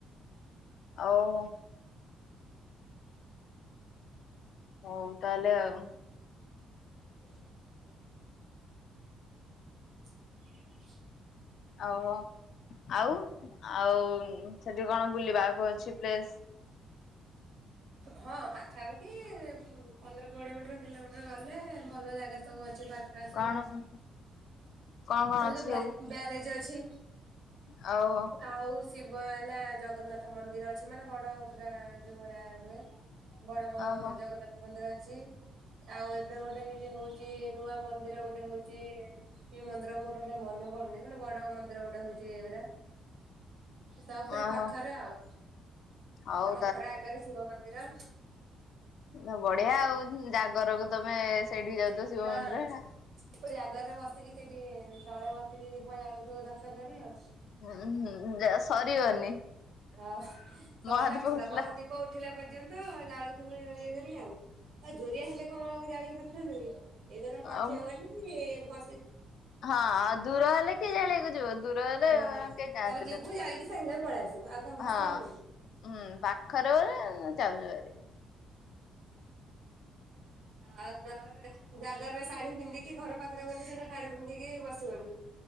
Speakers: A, on the left; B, on the right.
A: ଓହୋ ହଉ। ତାହଲେ ଆଉ।
B: ହୁଁ। ହ <inaudible>
A: ଆଉ ହୋ। ଆଉ ଆଉ ସେଠି କଣ ବୁଲିବାକୁ ଅ ଛି ପ୍ଲେସ୍।
B: ହଁ ପାଖାପାଖି ପନ୍ଦର କୋଡିଏ ମିଟର କିଲୋମିଟର ଗଲେ ଭଲ ଜାଗା। ସବୁ ଅଛି ପାର୍କ ଫର୍କ ସବୁ
A: କଣ କଣ କଣ
B: ଆଉ
A: ଅଛି
B: ଵ୍ୟା
A: ସବୁ?
B: ବ୍ୟାରେଜ ଅଛି।
A: ଆଉ
B: ଆଉ ଶିବ ହେଲା ଜଗନ୍ନାଥ। ତ ମନ୍ଦିର ଅଛି ମାନେ ବଡ ପୁରା ଯୋଉଁ ଭଳିଆ ହୁଏ ବଡ଼ ବ
A: ଓହୋ
B: ଜଗନ୍ନାଥ ମନ୍ଦିର। ଛି। ଆଉ ଏବେ ଗୋଟେ ଏଇଠି ହଉଛି। କି ନୂଆ ମନ୍ଦି ମନ୍ଦିର ଗୋଟେ ହଉଛି କି ମନ୍ଦିର ମୋର ମନେପଡୁନି ଗୋଟେ ବଡ଼ ମ ନ୍ଦିର ଗୋଟେ ହଉଛି ପୁରା ସବୁ ପୁରା
A: ଓହୋ
B: ପାଖରେ ଆଉ
A: ହଉ
B: ଆମ ଘର ଆ ଗାଁରେ ଶିବ ମନ୍ଦିର।
A: ନା ବଢ଼ିଆ ଆଉ ଜାଗରକୁ ତମେ ସେଇଠିକି ଯାଉଥିବ
B: ହଁ।
A: ଶିବ ମନ୍ଦିର।
B: ସେ ଜାଗର ରେ ବସିକି ସେଇଠି ତଳେ ବସିକି ଦୀପ ଜାଲୁଥିବୁ ଦଶଟା ସାରିଆଉ।
A: ହଁ ହୁ ଯା ସରିବନି।
B: ହଁ ସରିଲା
A: ମହାଦୀପ
B: ପନ୍ତା
A: ଉଠିଲା
B: ମହାଦୀପ ଉଠିଲା ପର୍ଯ୍ୟନ୍ତ ଜାଳୁଥିବୁ ଇଏ କରି ଆଉ। ଆ ଦୁରିଆ ହେଲେ କଣ ଆଉ ଜାଲିପା <unintelligible> ଏଧର ପାଖିଆ
A: ଆଉ
B: ବୋଲି ବ
A: ହଁ ଦୂର ହେଲେ କିଏ ଜାଲିବାକୁ ଯିବ ଦୂର ଦୂର
B: ହଁ।
A: ହେଲେ କେହି ଯାନ୍ତିନି
B: ତାପରେ ଯିବୁ ଜାଳିକି ସାଙ୍ଗେ ସାଙ୍ଗେ ପଳେଇ ଆସିବୁ ଆଉ କଣ ବସି
A: ହଁଁ
B: ହବ କି?
A: ହୁଁ ପାଖରେ ବୋଲି ଚଯାଉଛ। ସରି।
B: <unintelligible> ଜାଗର ରେ ଶାଢୀ ପିନ୍ଧିକି ଘର ପାଖରେ ବୋଲି ସିନା ଶାଢୀ ପିନ୍ଧିକି ବସିିପଡୁ।